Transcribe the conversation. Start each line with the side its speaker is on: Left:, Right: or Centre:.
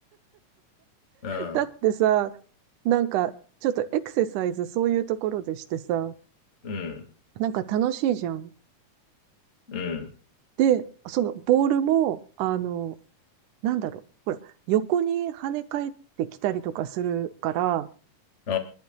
Left: うん。
Right: だってさ、なんか、ちょっとエクササイズそういうところでしてさ、
Left: うん。
Right: なんか楽しいじゃん。
Left: うん。
Right: で、そのボールも、あの、なんだろう。ほら、横に跳ね返ってきたりとかするから、
Left: あ